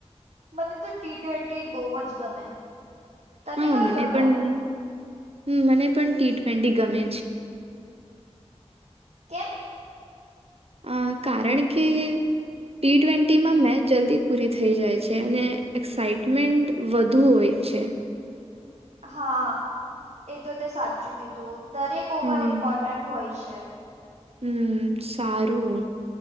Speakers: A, on the right; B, on the right.
A: મને તો ટી ટ્વેન્ટી બહુ જ ગમે. તને
B: હા
A: કયું
B: મને
A: ગમે
B: પણ હમ પણ ટી ટ્વેન્ટી ગમે.
A: કેમ?
B: અ કારણ કે ટી ટ્વેન્ટીમાં મેચ જલ્દી પૂરી થઈ જાય છે અને એક્સઇટમેન્ટ વધુ હોય છે.
A: હા એ તો તે સાચું કીધું દરેક ઓવર
B: હા
A: ઇમ્પોર્ટન્ટ હોય છે.
B: હમ સારું